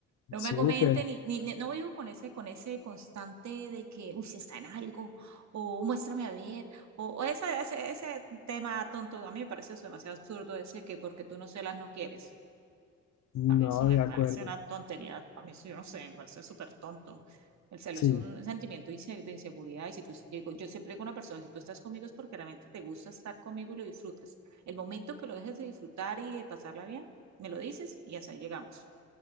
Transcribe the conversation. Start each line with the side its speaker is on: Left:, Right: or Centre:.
Right: no
Left: súper,
Right: me comenten ni, ni, ni- no vivo con ese, con ese constante de que, uy, si está en algo, o muéstrame a ver, o, o ese, ese, ese tema tonto, a mí me parece eso demasiado absurdo ese que porque tú no celas no quieres
Left: no,
Right: a mí eso me
Left: de
Right: parece
Left: acuerdo,
Right: una tontería, a mí eso yo no sé, me parece súper tonto. El celo
Left: sí,
Right: es un sentimiento de inse- de inseguridad y si tú, digo, yo siempre digo a una persona, si tú estás conmigo es porque realmente te gusta estar conmigo y lo disfrutas. El momento que lo dejes de disfrutar y de pasarla bien, me lo dices y hasta ahí llegamos.